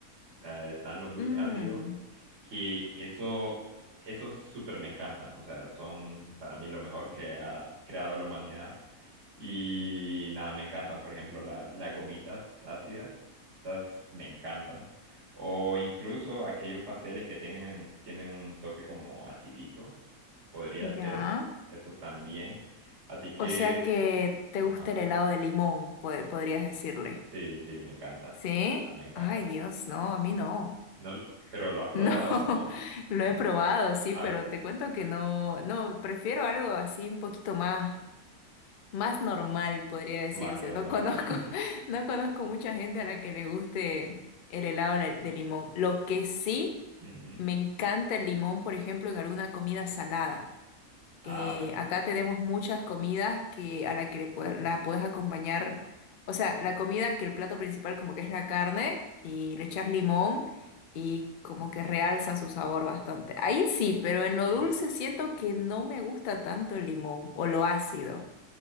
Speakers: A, on the right; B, on the left.
A: O sea, están los dulces
B: Mm,
A: ácidos que eso, esos súper me encantan. O sea, son para mí lo mejor que ha creado la humanidad. Y nada, me encantan, por ejemplo, la- las gomitas ácidas, esas me encantan. O incluso aquellos pasteles que tengan, tienen un toque como acidito, podría ser,
B: ya.
A: esos también. Así que,
B: O sea que te
A: ajá,
B: gusta el helado de limón, po- podrías decirle.
A: sí, sí, me encanta,
B: ¿Sí?
A: ah, me encanta.
B: Ay, Dios, no, a mí no.
A: No lo- pero lo has probado,
B: No, <laughs>
A: ¿no?
B: lo he probado, sí,
A: A
B: pero
A: ver,
B: te cuento que no, no, prefiero algo así un poquito más. más normal, podría decirse.
A: más normal.
B: No conozco,
A: <laughs>
B: <laughs> no conozco mucha gente a la que le guste el helado le- de limón. Lo que sí
A: Ujú.
B: me encanta el limón, por ejemplo, en alguna comida salada.
A: Ah,
B: Eh,
A: bueno.
B: acá tenemos muchas comidas que a la que le puede- la puedes acompañar. O sea, la comida que el plato principal como que es la carne y le echas limón y como que realza su sabor bastante. Ahí sí, pero en lo
A: Mm.
B: dulce siento que no me gusta tanto el limón o lo ácido.